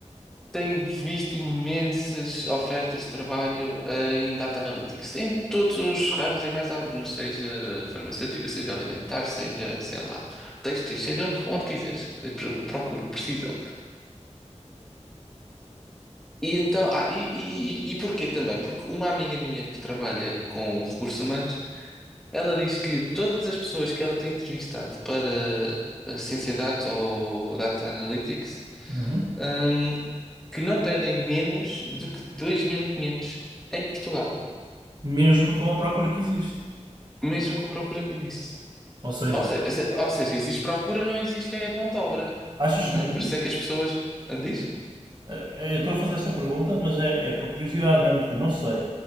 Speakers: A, in the centre; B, on the right.
A: tenho visto imensas ofertas de trabalho eh, em Data Analytics, em todos os ramos, em mais alguns, seja farmacêutico, seja alimentar, seja, sei lá, têxteis, seja onde, onde quiseres, eh, pro- procuram, precisam. E então, ah, e, e, e porquê também? Porque uma amiga minha que trabalha com recursos humanos, ela diz que todas as pessoas que ela tem entrevistado para a Ciência Data ou Data Analytics,
B: Uhum.
A: hum, que não pedem menos do que 2.500 em Portugal,
B: mesmo com a procura que existe.
A: mesmo com a procura que existe.
B: Ou seja,
A: Ou seja, ou seja, existe procura, não existe é mão de obra,
B: achas
A: não
B: que
A: é?
B: não existe?
A: Por isso é que as pessoas... Ah, Diz?
B: Eh, eh, Eu estou a fazer esta pergunta, mas é, é por curiosidade mesmo, porque eu não sei.